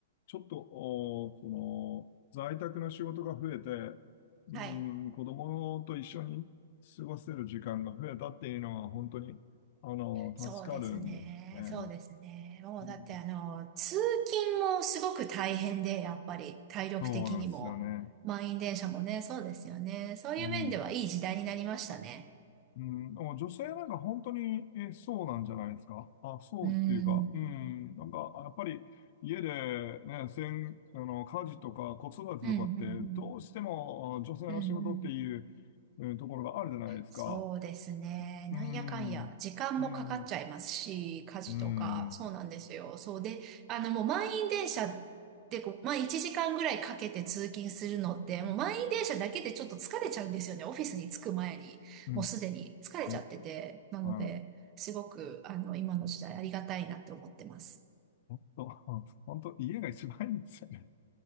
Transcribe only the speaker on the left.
ちょっと、おその、在宅の仕事が増えて、うん、
子供と一緒に過ごせる時間が増えたっていうのは、本当に、あの、
助かるんですよ
ね。
うん
そうなんですよね。
うんうん、でも女性なんか本当に、え、そうなんじゃないですか。あ、そうっていうか、
うん、なんか、やっぱり家でね、せん、あの、家事とか子育てとかって、
どうしてもあ女性の仕事っていう、
うんところがあるじゃないですか。
うん、
うん、
うん、
うん、
うん、
うん、
はい。
本当、<laughs> 本当、家が一番いいんですよね。